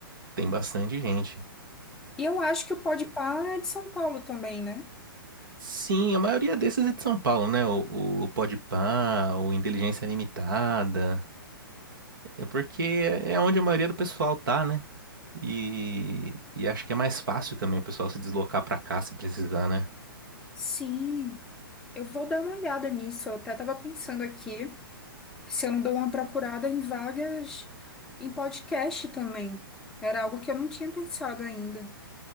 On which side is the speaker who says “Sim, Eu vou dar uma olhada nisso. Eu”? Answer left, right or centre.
Centre